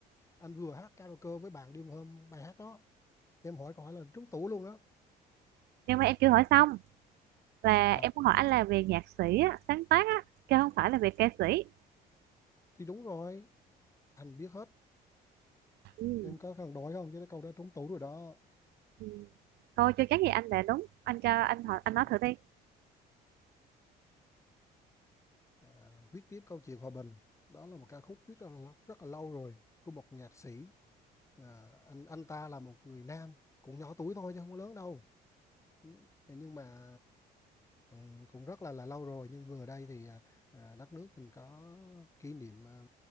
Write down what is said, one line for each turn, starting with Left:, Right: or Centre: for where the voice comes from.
Left: Anh vừa hát karaoke với bạn đêm hôm bài hát đó. Em hỏi câu hỏi là trúng tủ luôn đó.
Right: Nhưng mà em chưa hỏi xong là
Left: Wow,
Right: em muốn hỏi anh là về nhạc sĩ á, sáng tác á, chứ không phải là về ca sĩ.
Left: thì đúng rồi, anh biết hết.
Right: Ừ.
Left: Em có cần đổi không chứ cái câu đó trúng tủ rồi đó.
Right: Ừ. Thôi chưa chắc gì anh đã đúng. Anh cho anh hỏi anh
Left: Ừ.
Right: nói thử đi.
Left: À, viết tiếp câu chuyện hòa bình. Đó là một ca khúc viết rất là, rất là lâu rồi của một nhạc sĩ. À, anh anh ta là một người nam, cũng nhỏ tuổi thôi chứ không có lớn đâu. Ừ. Nhưng mà Ừ, cũng rất là là lâu rồi nhưng vừa đây thì à, à, đất nước mình có kỷ niệm à,